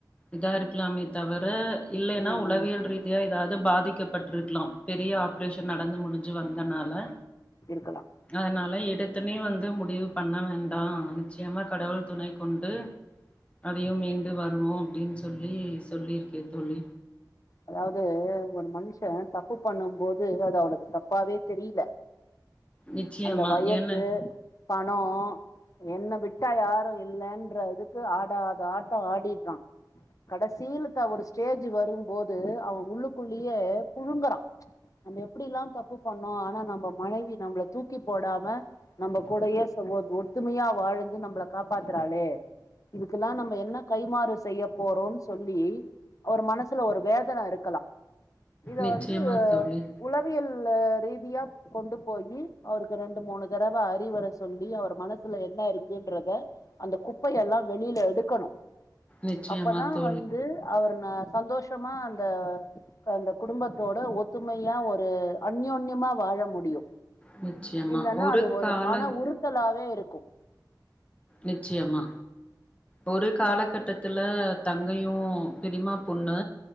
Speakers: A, on the left; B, on the left.
A: இதா இருக்லாமேத் தவர இல்லைனா
B: ம்
A: உளவியல்
B: ம்
A: ரீத் தியா எதாது பாதிக்கப்பட்ருக்லாம் பெரிய ஆப்ரேஷன் நடந்து முடிஞ்சு வந்தனால
B: இருக்கலா
A: அதனால எடுத்தோனே வந்து முடிவுப் பண்ண வேண்டா நிச்சயமா கடவுள் துணை கொண்டு அதையும் மீண்டு வருவோ அப்டின் சொல்லி சொல்லிருக்கே தோழி
B: அதாவ்து ஒரு மனுஷே தப்பு பண்ணும் போது அது அவுனுக்கு தப்பாவேத் தெரில
A: நிச்சயமா
B: அந்த வயசு
A: ஏன்ன
B: பணோ என்ன விட்டா யாரு இல்லன்ற இதுக்கு ஆடாத ஆட்டோ ஆடிட்றா கடைசிலத்த ஒரு ஸ்டேஜூ வரும்போது அவ உள்ளுக்குள்ளியே புழுங்கறா நம்ம எப்டிலாந் தப்பு பண்ணோ ஆனா நம்ப மனைவி நம்ளத் தூக் தூக்கி போடாம நம்பக் கூடையேச் சகோத் ஒத்துமையா வாழ்ந்து நம்ளக் காப்பாத்தறாளே இதுக்குலா நம்ப என்னக் கைமாறு செய்யப் போறோம் சொல்லி அவர் மனசுல ஒரு வேதன இருக்கலா இத
A: நிச்சயமா
B: வந்து
A: தோழி
B: உளவியல் அ ரீதியா கொண்டு போயி அவருக்கு ரெண்டு மூனு தரவ அறிவுர சொல்லி அவர மனசுல என்ன இருக்குன்றத அந்தக் குப்பையெல்லா வெளில எடுக்கணு
A: நிச்சயமா
B: அப்பதா
A: தோழி
B: வந்து அவர்ன சந்தோஷமா அந்த க அந்தக் குடும்பத்தோட ஒத்துமையா ஒரு அன்யோன்யமா வாழ முடியு
A: நிச்சியமா
B: இல்லன்னா
A: ஒருக்கால
B: அது ஒரு மன உறுத்தலாவே இருக்கும்
A: நிச்சியமா ஒருக் காலகட்டத்துல தங்கையு பெரிமா பொண்ணு